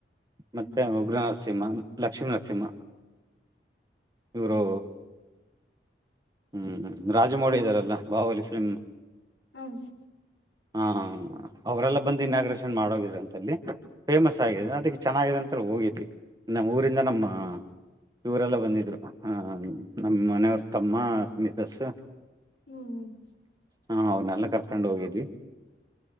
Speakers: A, on the left; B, on the right.
A: ಹ್ಮ್
B: ಮತ್ತೆ ಉಗ್ರನರ್ಸಿ ಸಿಂಹ ಲಕ್ಷ್ಮೀ ನರಸಿಂಹ ಇವರು ಹ್ಮ್ ರಾಜಮೌಳಿ ಇದಾರೆಲ್ಲ ಬಾಹುಬಲಿ ಫಿಲ್ಮ್
A: ಹ್ಮ್
B: ಹಾ ಅವರೆಲ್ಲ ಬಂದು ಇನಾಗ್ರೇಷನ್ ಮಾಡೋಗಿದ್ರ ಅಂತಲ್ಲಿ ಫೇಮಸ್ ಆಗಿದೆ ಅದಕ್ಕೆ ಚೆನ್ನಾಗಿದೆ ಅಂತ ಹೋಗಿದ್ವಿ ನಮ್ಮ ಊರಿಂದ ನಮ್ಮ ಇವರೆಲ್ಲ ಬಂದಿದ್ರು ಹ ನಮ್ ಮನೆಯವ್ರ ತಮ್ಮ ಮಿಸಸ್
A: ಹ್ಮ್
B: ಹಾ ಅವ್ರ್ ನ್ನೆಲ್ಲ ಕರ್ಕೊಂಡು ಹೋಗಿದ್ವಿ